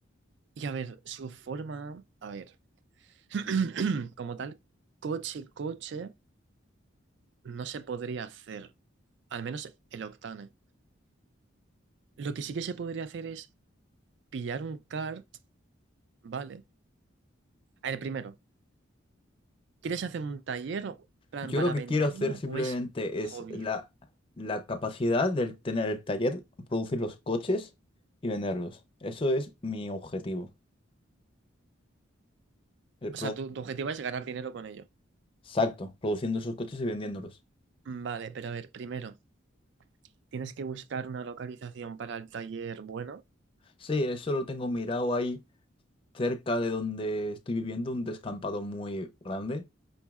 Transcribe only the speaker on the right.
Y a ver, su forma, a ver, <clears throat> como tal, coche, coche, no se podría hacer. Al menos el Octane. Lo que sí que se podría hacer es pillar un kart, ¿vale? A ver, primero, ¿quieres hacer un taller plan,
para
venderlo
o es hobby?
O sea, tu, tu objetivo es ganar dinero con ello.
Vale, pero a ver, primero, tienes que buscar una localización para el taller bueno.